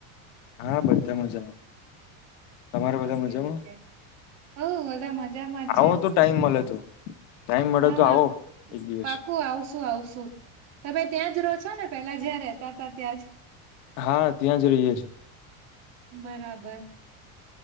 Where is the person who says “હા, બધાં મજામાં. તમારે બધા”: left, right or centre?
Left